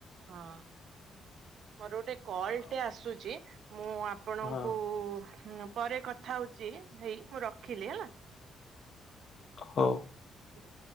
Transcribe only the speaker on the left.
ହଁ।
ହଁ
ହଉ।